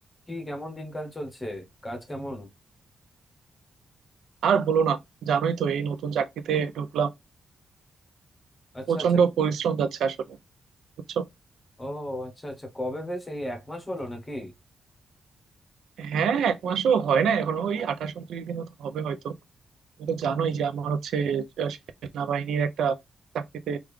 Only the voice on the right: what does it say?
আর বলো না জানোই তো এই নতুন চাকরিতে ঢুকলাম
প্রচন্ড
পরিশ্রম যাচ্ছে আসলে বুঝছো
হ্যাঁ এক মাসও হয় না এখন ওই আঠাশ উনত্রিশ দিন মতো হবে হয়তো তুমি তো
জানোই যে আমার হচ্ছে আহ, সেনাবাহিনীর একটা চাকরিতে